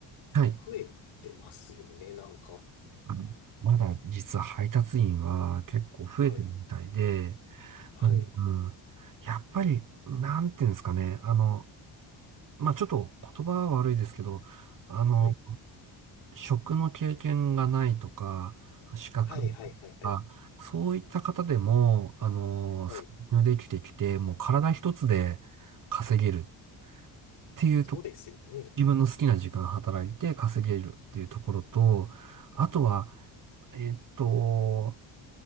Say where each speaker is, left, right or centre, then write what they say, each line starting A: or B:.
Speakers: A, on the right; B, on the left.
A: はい。
B: 増えてますよね、なんか。
A: あのまだ実は配達員は結構増えてるみたいで、
B: はい、はい、
A: うん、うんやっぱり、なんていうんですかね。あの、まあ、ちょっと言葉は悪いですけど、あの、
B: はい。
A: 職の経験がないとか、資格がないとか、
B: はい、はい、はい、はい。
A: そういった方でも、あの、
B: はい
A: 参入できてきて、もう体一つで稼げるっていうとこ、
B: そうですよね。
A: 自分の好きな時間働いて稼げるっていうところと、あとは、えっと、